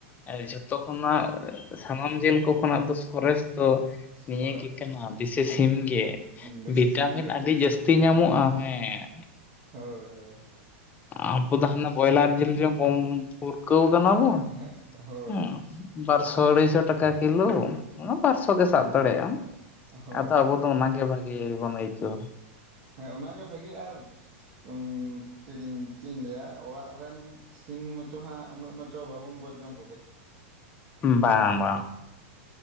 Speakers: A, on the left; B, on the right.
A: ᱮᱸ ᱡᱷᱚᱛᱚ ᱠᱷᱚᱱᱟᱜ ᱥᱟᱢᱟᱢ ᱡᱤᱞ ᱠᱚ ᱠᱷᱚᱱᱟᱜ ᱫᱚᱥ ᱠᱚᱨᱮᱥ ᱫᱚ ᱱᱤᱭᱟᱹ
B: ᱥᱚᱨᱮᱥ
A: ᱜᱮ ᱠᱟᱱᱟ ᱫᱮᱥᱤ ᱥᱤᱢ ᱜᱮ᱾
B: ᱫᱮᱥᱤ
A: ᱵᱤᱴᱟᱢᱤᱱ
B: ᱥᱤᱢ ᱜᱮ
A: ᱟᱹᱰᱤ
B: ᱴᱷᱤᱠ
A: ᱡᱟᱹᱥᱛᱤ ᱧᱟᱢᱚᱜᱼᱟ, ᱦᱮᱸ᱾
B: ᱦᱳᱭ ᱦᱳᱭ᱾
A: ᱟᱸᱵᱚ ᱫᱚ ᱦᱟᱱᱟ ᱵᱚᱭᱞᱟᱨ ᱡᱤᱞ ᱜᱮᱢ ᱵᱚᱢ ᱯᱩᱨᱠᱟᱹᱣ ᱟᱠᱟᱱᱟ ᱵᱚᱱ,
B: ᱦᱮᱸ ᱦᱳᱭ
A: ᱩᱸ ᱻ ᱵᱟᱨ ᱥᱚ ᱟᱲᱦᱟᱹᱭᱥᱚ ᱴᱟᱠᱟ ᱠᱤᱞᱳ, ᱚᱱᱟ ᱵᱟᱨ ᱥᱚ ᱜᱮ ᱥᱟᱵ ᱫᱟᱲᱮᱭᱟᱜ ᱟᱢ᱾
B: ᱦᱳᱭ
A: ᱟᱫᱚ ᱟᱵᱚ ᱫᱚ ᱚᱱᱟᱜᱮ ᱵᱷᱟᱜᱮ ᱵᱚᱱ ᱟᱹᱭᱠᱟᱹᱣ-ᱟ᱾
B: ᱦᱮᱸ ᱚᱱᱟᱜᱮ ᱵᱷᱟᱜᱮ ᱟᱨ ᱩᱸ ᱪᱮᱫ ᱤᱧ ᱪᱮᱜ ᱤᱧ ᱞᱟᱹᱭᱼᱟ, ᱚᱲᱟᱜ ᱨᱮᱱ ᱥᱤᱢ ᱢᱟᱪᱚ ᱦᱟᱸᱜ ᱩᱱᱟᱹᱜ ᱢᱟᱪᱚ ᱵᱟᱵᱚᱱ ᱜᱚᱡ ᱡᱚᱝ
A: ᱵᱟᱝᱼᱟ ᱵᱟᱝ᱾